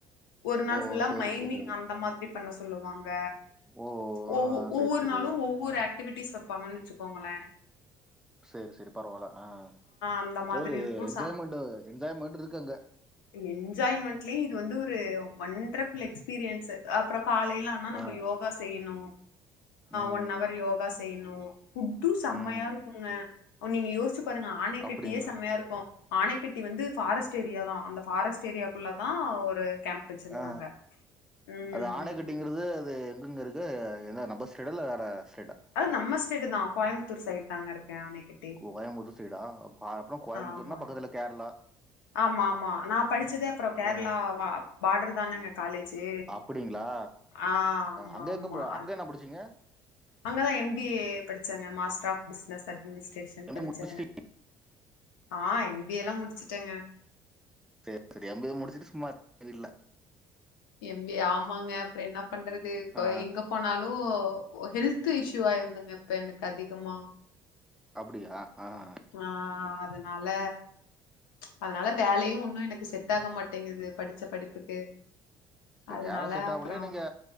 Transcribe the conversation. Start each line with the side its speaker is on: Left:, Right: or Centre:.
Left: ஒரு நாள்
Centre: ஓ
Left: ஃபுல்லா
Centre: சேரி
Left: மைனிங்
Centre: சேரி
Left: அந்த மாரி பண்ண சொல்லுவாங்க
Centre: ஓ ஆ
Left: ஒவ்வொ ஒவ்வொரு
Centre: சேரி சேரி
Left: நாளு ஒவ்வொரு ஆக்டிவிட்டிஸ் வைப்பாங்கன்னு வச்சுக்கோங்களே
Centre: சேரி சேரி பரவாயில்ல ஆ
Left: அந்த
Centre: ஏதோ
Left: மாதிரி
Centre: ஒரு
Left: இருக்கு
Centre: என்ஜாய்மெண்ட்
Left: சா
Centre: என்ஜாய்மெண்ட் இருக்கு அங்க
Left: என்ஜாய்மெண்ட்லயே இது வந்து ஒரு ஒண்டர்ஃபுல் எக்ஸ்பீரியன்ஸ் அப்றோ காலைல்லா நம்ம
Centre: ஆ
Left: யோகா செய்யனு
Centre: ம்
Left: ஒன் ஹவர் யோகா செ செய்யணு ஃபுட்டு செம்மையா
Centre: ம்
Left: இருக்குங்க நீங்க யோசிச் பாருங்க ஆணை
Centre: அப்டிங்களா
Left: கட்டியே செம்மையா இருக்கு ஆணைக்கட்டி வந்து ஃபாரஸ்ட் ஏரியா தா அந்த ஃபாரஸ்ட் ஏரியாக்குள்ள தா ஒரு கேம்ப் வச்சிருந்தாங்க
Centre: ஆ
Left: ம்
Centre: அது ஆணை கட்டிங்குறது அது எங்கங்க இருக் கு எந்த நம்ப ஸ்டேட்டா இல்ல வேற ஸ்டேட்டா
Left: அ நம்ம ஸ்டேட்டு தா கோயம்புத்தூர் சைட் தாங்க இருக்கே ஆணை கட்
Centre: கோயம்புத்தூர் சைடா அப்றோ கோயம்பத்தூர்னா
Left: ஆமாங்க
Centre: பக்கத்துல கேரளா
Left: ஆமா ஆமா நா படிச்சதே அப்றோ கேரளா
Centre: ஆ
Left: பார்டர் தானங்க காலேஜு
Centre: அப்டிங்களா
Left: ஆ ஆமா
Centre: அங்க
Left: ஆமா
Centre: எங்க ப
Left: அ
Centre: அங்க என்ன படிச்சீங்க
Left: அங்கதா எம் பி ஏ படிச்சங்க master of business administration படிச்சங்க
Centre: M A முடிச்சுட்டு
Left: ஆ எம் பி ஏ எல்லா முடிச்சுட்டேங்க
Centre: சேரி சேரி எம் பி ஏ முடிச்சுட்டு சும்மா இருக்கிங்க வீட்ல
Left: எம் பி ஏ ஆமாங்க அப்றோ என்ன பண்றது கோ
Centre: ஆ
Left: எங்க போனாலு ஒ ஹெல்த் இஷ்யூ ஆயிருதுங்க இப்ப எனக்கு அதிகமா
Centre: அப்டியா ஆ ஆ
Left: ஆ அதனால அதனால வேலையு ஒன்னு எனக்கு செட் ஆக மாட்டேங்கிது படிச்ச படிப்புக்கு
Centre: சேர்
Left: அதனால
Centre: வேல செட்டாவலியா
Left: அப்புறம்
Centre: நீங்க